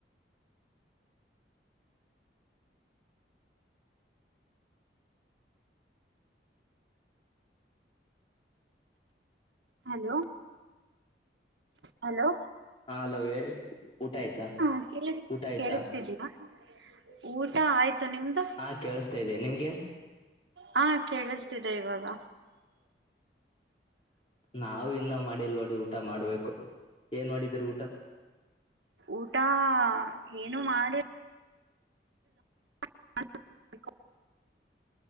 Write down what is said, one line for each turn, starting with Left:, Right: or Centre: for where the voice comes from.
Right: ಹಲೋ ಹಲೋ
Left: ಹಾ ಹಲೋ ಹೇಳಿ ಊಟ ಆಯ್ತಾ
Right: ಹ ಕೇಳ
Left: ಊಟ ಆಯ್ತಾ
Right: ಕೇಳಿಸ್ತಿದೀಯಾ? <unintelligible> ಊಟ ಆಯ್ತು ನಿಮ್ದು
Left: ಹಾ ಕೇಳುಸ್ತೈದೆ ನಿಮ್ಗೆ.
Right: ಹಾ ಕೇಳಿಸ್ತಿದೆ ಇವಾಗ
Left: ನಾವ ಇನ್ನ ಮಾಡಿಲ್ ನೋಡಿ ಊಟ ಮಾಡ್ಬೇಕು ಏನ್ ಮಾಡಿದ್ರೀ ಊಟ
Right: ಊಟ ಏನು ಮಾಡಿ <unintelligible>